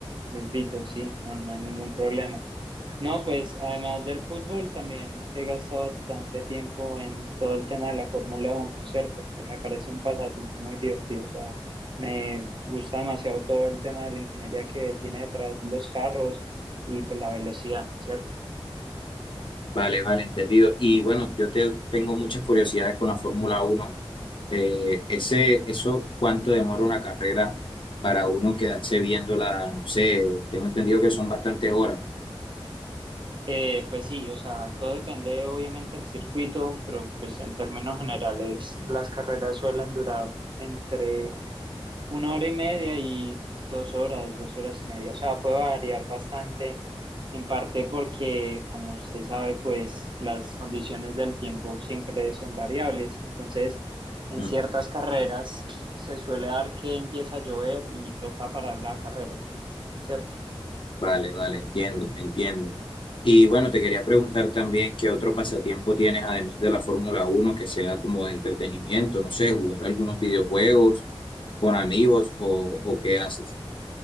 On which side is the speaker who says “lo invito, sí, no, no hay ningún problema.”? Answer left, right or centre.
Right